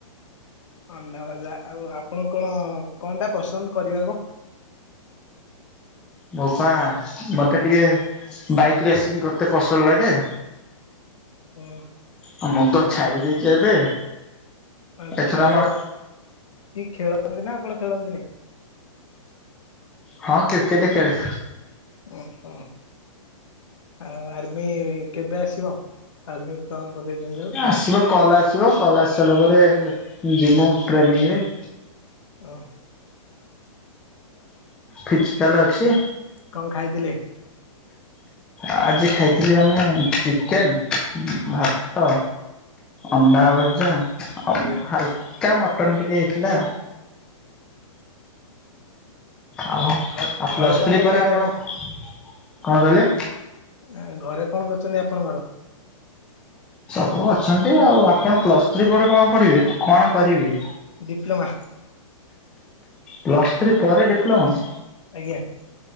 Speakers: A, on the left; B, in the centre.
A: ଅଣ୍ଡା ଭଜା, ଆଉ ଆପଣଙ୍କୁ କଣ କଣ ଟା ପସନ୍ଦ କରିବାକୁ?
B: ମୋ ପା ମୋତେ ଟିକେ ବାଇକ୍ ରେସିଂ କରତେ ପସନ୍ଦ ଲାଗେ?
A: ହୁଁ
B: ଅ, ମୁଁ ତ
A: ଆଉ
B: ଛାଡି ଦେଇଚି ଏବେ।
A: ଆଉ
B: ଏଥର
A: ଖେଳ
B: ଆମର
A: କି ଖେଳନ୍ତି ନା ଆପଣ ଖେଳନ୍ତିନି?
B: ହଁ କ୍ରିକେଟ୍ ଖେଳେ।
A: ଓ ହୋ। ଆଉ ଆର୍ମି କେବେ ଆସିବ ଆର୍ମି ଫର୍ମ ପକେଇଚନ୍ତି ଯୋଉ?
B: ଏ ଆସିବ କଲ୍ ଆସିବ କଲ୍ ଆସି ସାରିଲା ପରେ ଯିମୁ ଟ୍ରେନିଂ ରେ।
A: ଓ।
B: ଫିଜିକାଲ ଅଛି।
A: କଣ ଖାଇଥିଲେ?
B: ଆଜି ଖାଇଥିଲି ଆମେ ଚିକେନ୍, ଭାତ
A: ଆଜ୍ଞା
B: ଅଣ୍ଡା ଭଜା, ଆଉ
A: ଆଜ୍ଞା।
B: ହାଲକା ମଟନ୍ ଟିକେ ହେଇଥିଲା। ଆଉ ଆଉ
A: ଘ
B: ପ୍ଲସ୍
A: ଘରେ କଣ
B: ଥ୍ରୀ
A: କରୁଛନ୍ତି
B: ପରେ ଆପଣ, କଣ କହିଲେ?
A: ନା ଘରେ କଣ କରଛନ୍ତି ଆପଣଙ୍କର?
B: ସବୁ ଅଛନ୍ତି ଆଉ, ଆପଣ ପ୍ଲସ୍ ଥ୍ରୀ ପଡେ କଣ ପଢିବେ? କଣ କରିବେ?
A: ଡିପ୍ଲୋମା।
B: ପ୍ଲସ୍ ଥ୍ରୀ ପରେ ଡିପ୍ଲୋମା।
A: ଆଜ୍ଞା।